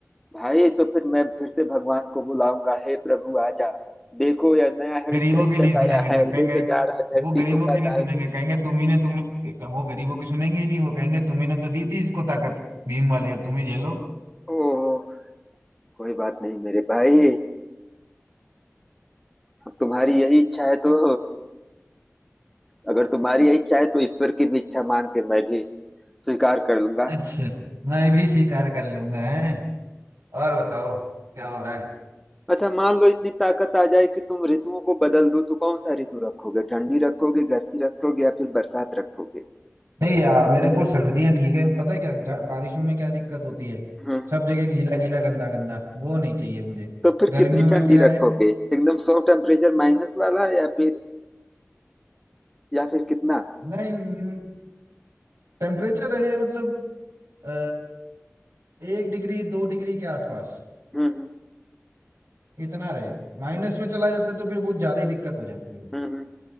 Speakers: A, in the centre; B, on the right.
A: भाई तो फिर मैं फिर से भगवान को बुलाऊंगा हे प्रभु आजा देखो यह नया हर
B: गरीबों
A: कश्यप
B: की नहीं सुनेंगे
A: आया है
B: तब कहेंगे
A: लेके जा रहा है धरती
B: वो गरीबों
A: को पाताल
B: की नहीं सुनेंगे
A: में
B: कहेंगे तुम ही ने तुम वो गरीबों की सुनेंगे ही नहीं वो कहेंगे तुम ही ने तो दी थी इसको ताकत भीम वाली अब तुम ही झेलो
A: ओह कोई बात नहीं मेरे भाई अब तुम्हारी यही इच्छा है तो अगर तुम्हारी यही इच्छा है तो ईश्वर की भी इच्छा मान के मैं भी स्वीकार कर लूंगा
B: अच्छा मैं भी स्वीकार कर लूंगा है और बताओ क्या हो रहा है
A: अच्छा मान लो इतनी ताकत आ जाए कि तुम ऋतुओं को बदल दो तो कौन सा ऋतु रखोगे ठंडी रखोगे गर्मी रखोगे या फिर बरसात रखोगे
B: नहीं यार मेरे को सर्दियां ठीक है पता है क्या ग- बारिशों में क्या दिक्कत होती है
A: हम्म
B: सब जगह गीला गीला गंदा गंदा वो नहीं चाहिए मुझे
A: तो फिर
B: गर्मियों
A: कितनी
B: में
A: ठंडी
B: क्या
A: रखोगे
B: है
A: एकदम सौ टेम्परेचर माइनस वाला या फिर या फिर कितना
B: नहीं टेम्परेचर रहे मतलब अ, एक डिग्री दो डिग्री के आसपास
A: हम्म हम्म
B: इतना रहे माइनस में चला जाता है तो फिर बहुत ज्यादा ही दिक्कत हो जाती है
A: हम्म हम्म,